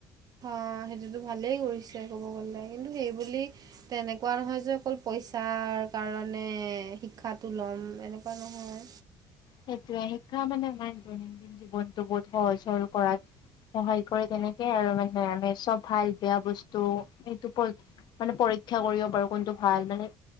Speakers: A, on the right; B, on the left.
A: অ' সেইটোতো ভালেই কৰিছে ক'ব গ'লে কিন্তু সেইবুলি। তেনেকুৱা নহয় যে অকল পইচাৰ কাৰণে শিক্ষাটো লম এনেকুৱা নহয়।
B: সেইটোয়ে শিক্ষা মানে আমাৰ দৈনন্দিন জীৱনতটো বহুত সহজ-সৰল কৰাত। সহায় কৰে তেনেকে আৰু মানে আমি চব ভাল বেয়া বস্তু এইটো। মানে পৰীক্ষা কৰিব পাৰো কোনটো ভাল মানে